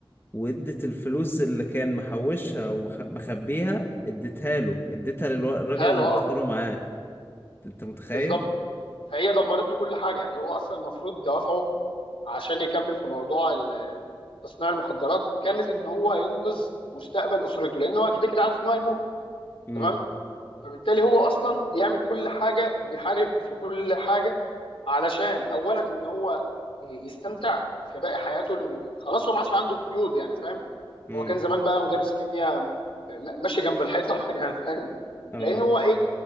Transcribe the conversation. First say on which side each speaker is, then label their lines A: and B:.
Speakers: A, on the left; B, on the left.
A: وادت الفلوس اللي كان محوشها ومخبيها اديتها له اديتها للراجل
B: بتهيأله
A: اللي
B: اه
A: بتخونه معاه انت متخيل
B: بالظبط فهي دمرت له كل حاجه يعني هو اصلا المفروض دوافعه عشان يكمل في موضوع ال- تصنيع المخدرات كانت ان هو ينقذ مستقبل اسرته لان هو كده كده عارف ان هو هيموت
A: امم
B: تمام فبالتالي هو اصلا بيعمل كل حاجه وبيحارب في كل حاجه علشان اولا ان هو يستمتع في باقي حياته اللي- خلاص هو ما عادش عنده قيود يعني فاهم
A: امم
B: هو كان زمان بقى مدرس كيمياء م- ماشي جنب الحيطه <laughs> يعني فاهم
A: اه
B: لان هو ايه